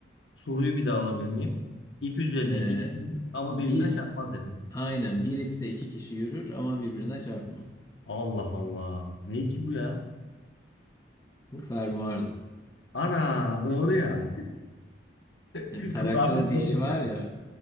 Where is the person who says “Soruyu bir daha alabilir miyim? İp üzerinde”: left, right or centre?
Left